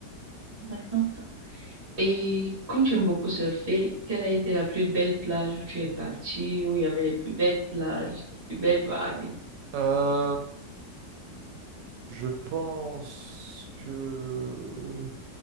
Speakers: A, on the right; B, on the right.
A: intéressant. Et comme tu aimes beaucoup surfer, quelle a été la plus belle plage où tu es parti, où il y avait les plus belles plages, les plus belles vagues?
B: Euh, Je pense que